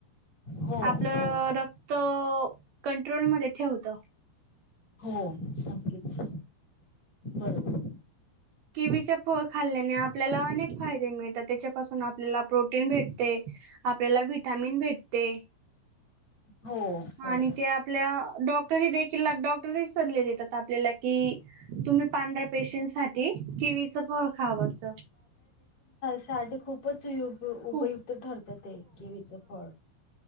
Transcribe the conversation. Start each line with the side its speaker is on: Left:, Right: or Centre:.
Left: हो
Right: आपलं
Left: हो
Right: रक्त कंट्रोलमध्ये ठेवत.
Left: हो नकीच बरोबर!
Right: किवीच्या फळ खाल्ल्याने आपल्याला अनेक फायदे मिळतात. त्याच्यापासून आपल्याला, प्रोटीन भेटते, आपल्याला विटामिन भेटते,
Left: हो हो
Right: आणि ते आपल्या डॉक्टरही देखील डॉक्टरही सल्ले देतात आपल्याला कि, तुम्ही पांढऱ्या पेशींसाठी केवीचं फळ खावं असं
Left: साठ खूपच उपयुक्त
Right: खूप
Left: ठरत ते केवीचं फळ